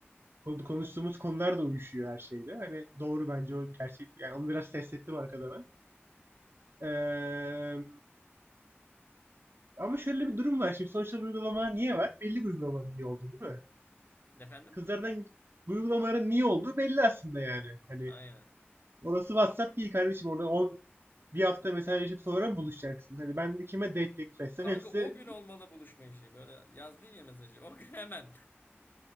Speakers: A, on the right (about 60°); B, on the left (about 50°).
A: Konu- Konuştuğumuz konular da uyuşuyor her şeyle. Hani doğru bence o gerçek. Yani onu biraz test ettim arkada ben. Eee, ama şöyle bir durum var şimdi. Sosyal uygulama niye var? Belli bir uygulamanın niye olduğu değil mi?
B: Efendim?
A: Kızlardan bu uygulamaların niye olduğu belli aslında yani. Hani
B: Aynen.
A: orası WhatsApp değil kardeşim. Orada 10 bir hafta mesajlaşıp sonra buluşacaksın. Hani ben kime date teklif etsem
B: Kanka
A: hepsi
B: o gün olmalı buluşma işi. Böyle yazdın ya mesajı. O gün hemen.